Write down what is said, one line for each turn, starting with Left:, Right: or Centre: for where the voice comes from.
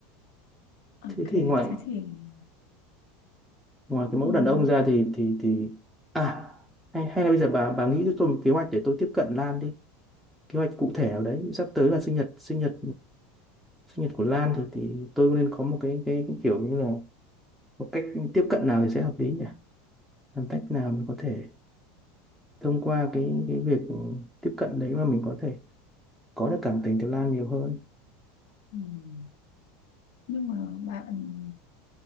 Left: Ok
Centre: thế thì ngoại
Left: thế thì
Centre: ngoài
Left: ừm,
Centre: cái mẫu đàn ông ra thì thì thì à hay hay là bây giờ bà bà nghĩ cho tôi một kế hoạch để tôi tiếp cận Lan đi kế hoạch cụ thể nào đấy sắp tới là sinh nhật sinh nhật sinh nhật của Lan thì thì tôi nên có một cái cái, cái kiểu như là một cách tiếp cận nào thì sẽ hợp lý nhỉ làm cách nào mình có thể thông qua cái cái việc tiếp cận đấy mà mình có thể có được cảm tình từ Lan nhiều hơn
Left: ừm, Nhưng mà bạn